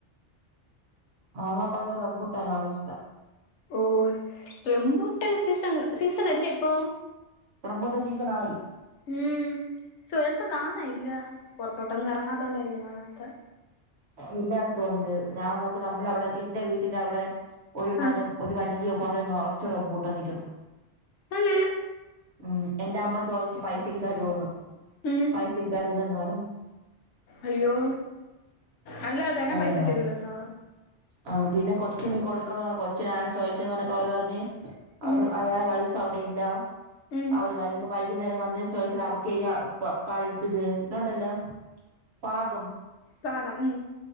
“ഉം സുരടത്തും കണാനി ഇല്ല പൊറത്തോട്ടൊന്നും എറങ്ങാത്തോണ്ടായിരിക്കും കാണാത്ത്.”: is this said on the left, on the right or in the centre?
Left